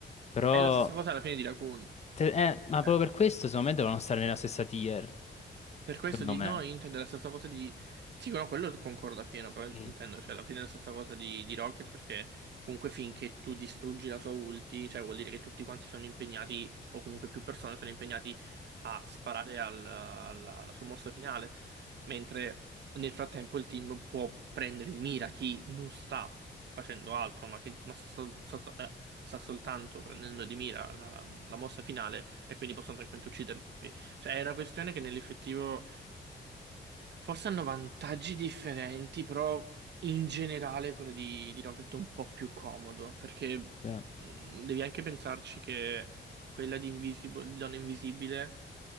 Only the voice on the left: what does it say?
Però,
te- eh, ma
proprio per questo secondo me devono stare nella stessa tier,
secondo
me.
Mm,
sì.